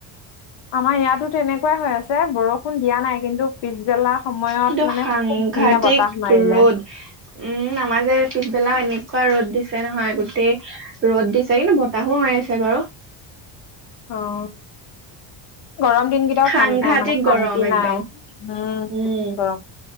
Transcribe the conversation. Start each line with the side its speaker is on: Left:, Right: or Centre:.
Left: আমাৰ ইয়াতো তেনেকুৱাই হৈ আছে বৰষুণ দিয়া নাই কিন্তু পিছবেলা সময়ত
Right: কিন্তু
Left: মানে
Right: সাংঘাতিক
Left: খুব ধুনীয়া বতাহ
Right: ৰ'দ
Left: মাৰিলে
Right: উম, আমাৰজে পিছবেলাও এনেক কোৱা ৰ'দ দিছে নহয় গোটেই ৰ'দ দিছে কিন্তু বতাহো মাৰিছে বাৰু।
Left: অ', গৰম দিনকেইটাও
Right: সাংঘাতিক
Left: ঠাণ্ডা মানে শান্তি
Right: গৰম একদম
Left: নাই উম,
Right: উম
Left: বহুত গৰম।